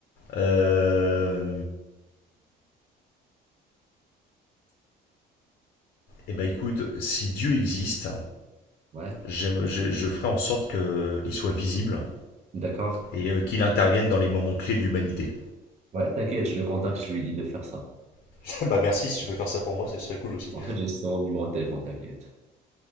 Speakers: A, on the left; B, on the right.
A: Euh... Eh ben écoute, si Dieu existe,
B: Ouais,
A: j'aime- je, je ferai en sorte qu'il soit visible
B: d'accord.
A: et euh, qu'il intervienne dans les moments clés de l'humanité.
B: Ouais, t'inquiète, je le contacte, je lui dis de faire ça.
A: <laughs> Bah merci, si tu peux faire ça pour moi, ce serait cool aussi.
B: En fait, j'ai son numéro de téléphone, t'inquiète.